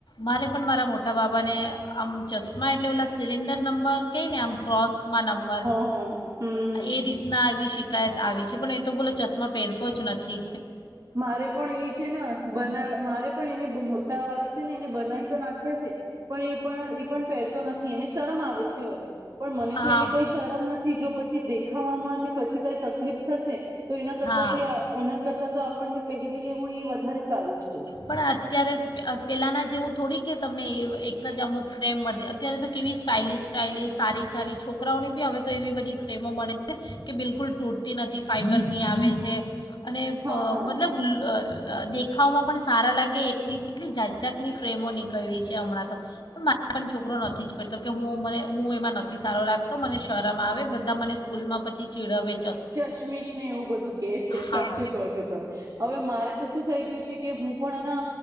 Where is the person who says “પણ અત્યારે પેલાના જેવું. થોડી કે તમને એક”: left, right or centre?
Left